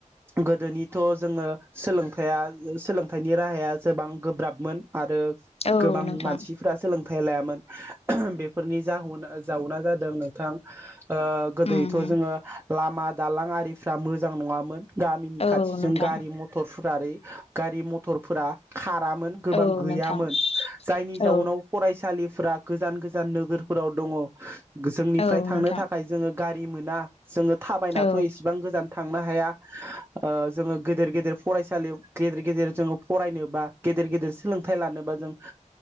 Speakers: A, on the right; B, on the left.
A: गोदोनिथ' जोङो सोलोंथाइया सोलोंथाइनि राहाया गोबां गोब्राबमोन आरो
B: औ
A: गोबां
B: नोंथां
A: मानसिफ्रा सोलों थाइ लायामोन बेफोरनि जाह जाहोना जादों नोंथां ओ गोदोथ'
B: उम
A: जोङो लामा दालां आरिफ्रा मोजां नङामोन। गामिनि
B: औ
A: खाथिजों
B: नोंथां
A: गारि मथरफोर गारि मथरफोरा खार रामोन गोबां
B: औ
A: गैयामोन
B: नोंथां
A: जायनि
B: औ
A: जाहोनाव फरायसालि फ्रा गोजान गोजान नोगोरफोराव दङ जोंनिफ्राय
B: औ
A: थांनो
B: नोंथां
A: थाखाय जोङो गारि मोना। जोङो थाबायनाथ'
B: औ
A: एसेबां गोजान थांनो हाया जोङो ओ गेदेर गेदेर फरायसालियाव गेदेर गेदेर जोङो फरायनोबा गेदेर गेदेर सोलोंथाइ लानोबा जों